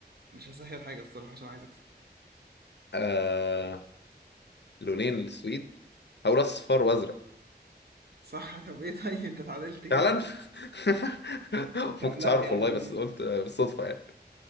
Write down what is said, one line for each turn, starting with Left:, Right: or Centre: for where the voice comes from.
Right: مش هسهل حاجة الصراحة عشان عايز اكسب
Left: <laughs> آه... لونين للسويد هقول اصفر وازرق
Right: صح <laughs> طب ايه طيب انت اتعادلت كده
Left: فعلا <laughs> ما
Right: طب
Left: كنتش
Right: لا
Left: عارف
Right: يعني
Left: والله بس قلت بالصدفة يعني